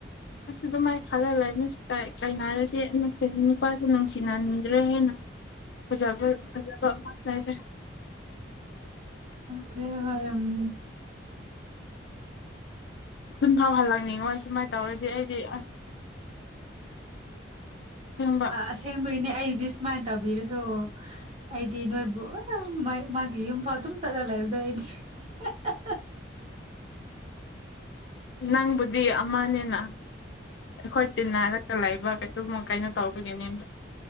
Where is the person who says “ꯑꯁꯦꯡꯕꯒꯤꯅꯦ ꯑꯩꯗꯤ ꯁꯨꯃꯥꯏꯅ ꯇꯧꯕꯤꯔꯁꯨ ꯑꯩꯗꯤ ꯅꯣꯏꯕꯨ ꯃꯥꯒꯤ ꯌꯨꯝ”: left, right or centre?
Right